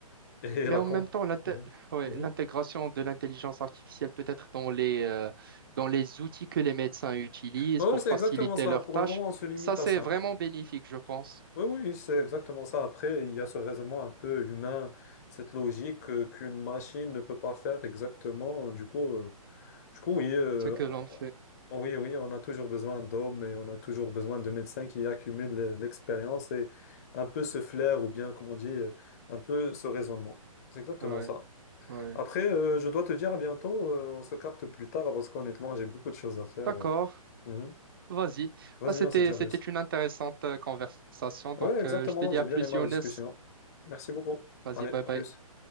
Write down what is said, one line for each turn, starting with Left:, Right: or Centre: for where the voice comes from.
Left: <laughs> et
Right: Mais
Left: la
Right: en
Left: comp.
Right: même temps, l'inté-
Left: Mhm,
Right: ouais,
Left: mhm.
Right: l'intégration de l'intelligence artificielle peut être dans les, euh, dans les outils que les médecins utilisent
Left: Ah
Right: pour
Left: Oui, c'est
Right: faciliter
Left: exactement ça.
Right: leurs
Left: Pour
Right: tâches,
Left: le moment, on se limite
Right: ça c'est
Left: à ça.
Right: vraiment bénéfique, je pense,
Left: Oui, oui, c'est exactement ça. Après, il y a ce raisonnement un peu humain, cette logique euh, qu'une machine ne peut pas faire exactement. Du coup, euh, du coup, oui, euh,
Right: ce que
Left: on-
Right: l'on fait.
Left: oui, oui, on a toujours besoin d'hommes et on a toujours besoin de médecins qui accumulent le- l'expérience et un peu ce flair ou bien, comme on dit, euh, un peu ce raisonnement. C'est exactement
Right: Ouais,
Left: ça.
Right: ouais.
Left: Après, euh, je dois te dire à bientôt. euh, on se capte plus tard parce qu'honnêtement, j'ai beaucoup de choses à faire.
Right: D'accord,
Left: euh. Mhm.
Right: vas-y.
Left: Vas-y,
Right: Ah, c'était,
Left: on se dit à
Right: c'était
Left: plus.
Right: une intéressante euh, conversation, donc
Left: Ouais, exactement.
Right: euh, je te dis
Left: J'ai
Right: à
Left: bien
Right: plus,
Left: aimé
Right: Younes.
Left: la discussion. Merci beaucoup.
Right: Vas-y,
Left: Allez,
Right: bye
Left: à
Right: bye.
Left: plus.